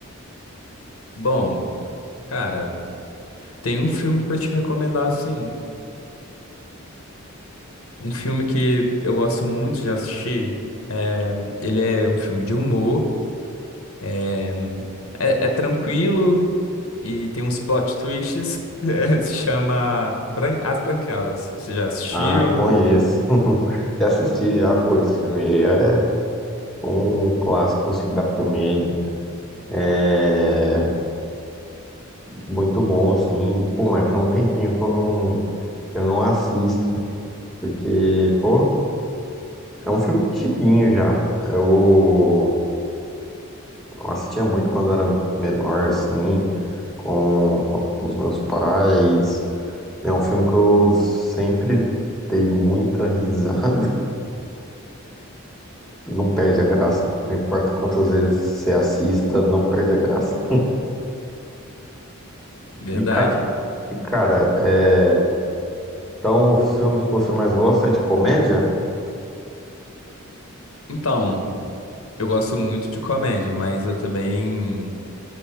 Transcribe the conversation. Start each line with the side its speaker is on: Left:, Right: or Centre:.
Left: Bom, cara, tem um filme pra te recomendar, sim. Um filme que eu gosto muito de assistir. É, ele é um filme de humor, é, é é tranquilo e tem uns plot twists. <laughs> É, se chama Bran- As Branquelas. Você já assistiu?
Centre: Ah, conheço. <laughs> Já assisti, já foi esse filme. É um clássico, assim, da comédia. É muito bom, assim. Pô, mas foi um tempinho que eu não, eu não assisto, porque, pô. É um filme antiguinho já. Eu, eu assistia muito quando era menor, assim, com, com, com os meus pais. É um filme que eu sempre dei muita risada. <laughs> Não perde a graça. Não importa quantas vezes você assista, não perde a graça.
Left: Verdade.
Centre: E, cara, e, cara, é... então os filmes que você mais gosta é de comédia?
Left: Então. Eu gosto muito de comédia, mas eu também